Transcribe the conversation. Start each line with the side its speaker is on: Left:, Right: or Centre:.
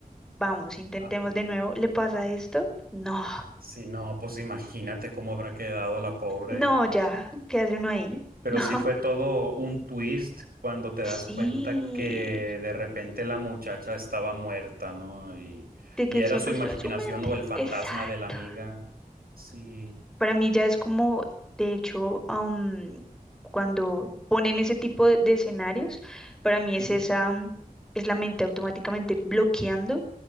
Centre: vamos, intentemos
Right: ajá.
Centre: de nuevo, ¿le pasa esto? No,
Right: Sí, no, pues imagínate cómo habrá quedado la pobre.
Centre: no, ya, ¿qué hace uno ahí? <laughs>
Right: Pero
Centre: No,
Right: sí fue todo un twist cuando te
Centre: sí,
Right: das cuenta que de repente la muchacha estaba muerta, ¿no? Y,
Centre: de que
Right: y era
Centre: siempre
Right: su imaginación
Centre: estuvo en su mente,
Right: o el fantasma
Centre: exacto.
Right: de la amiga. Sí.
Centre: Para mí ya es como, de hecho, am, cuando ponen ese tipo de, de escenarios, para mí es
Right: Ujú.
Centre: esa, am, es la mente automáticamente bloqueando